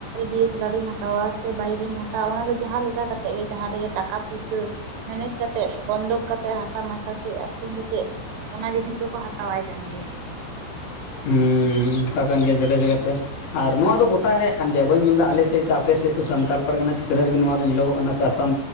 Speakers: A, on the right; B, on the left.
A: ᱰᱤᱭᱮᱥᱮᱞᱟᱨ ᱤᱧ ᱦᱟᱛᱟᱣᱟ ᱥᱮ ᱵᱟᱭᱤᱠ ᱤᱧ ᱦᱟᱛᱟᱣᱟ ᱚᱱᱟ ᱫᱚ ᱡᱟᱦᱟᱸ ᱞᱮᱠᱟ ᱠᱟᱛᱮᱜ ᱜᱮ ᱡᱟᱦᱟᱸ ᱨᱮᱜᱮ ᱴᱟᱠᱟ ᱯᱩᱭᱥᱟᱹᱼᱼ ᱢᱮᱱᱮᱡ ᱠᱟᱛᱮᱫ ᱵᱚᱱᱫᱠ ᱠᱟᱛᱮᱜ ᱦᱟᱥᱟ ᱢᱟᱥᱟ ᱥᱮᱼᱼ ᱟᱠᱷᱨᱤᱧ ᱠᱟᱛᱮᱫ ᱚᱱᱟ ᱡᱤᱱᱤᱥ ᱫᱚᱠᱚ ᱦᱟᱛᱟᱣᱟᱭ ᱠᱟᱱ ᱜᱮᱭᱟ᱾
B: ᱦᱩᱸᱻ ᱚᱱᱠᱟ ᱠᱟᱱ ᱜᱮᱭᱟ ᱡᱟᱭᱜᱟ ᱡᱟᱭᱜᱟ ᱛᱮ᱾ ᱟᱨ ᱱᱚᱣᱟ ᱫᱚ ᱜᱳᱴᱟ ᱨᱮᱭᱟᱜ ᱠᱟᱱ ᱜᱮᱭᱟ ᱵᱟᱹᱧ ᱢᱮᱱᱫᱟ ᱟᱞᱮ ᱥᱮᱫ ᱥᱮ ᱟᱯᱮ ᱥᱮᱫ ᱥᱮ ᱥᱟᱱᱛᱟᱲ ᱯᱟᱨᱜᱟᱱᱟ ᱪᱷᱮᱛᱨᱚ ᱨᱮᱜᱮ ᱱᱚᱣᱟ ᱫᱚ ᱧᱮᱞᱚᱜᱚᱜ ᱠᱟᱱᱟ ᱥᱮ ᱟᱥᱟᱢᱼᱼ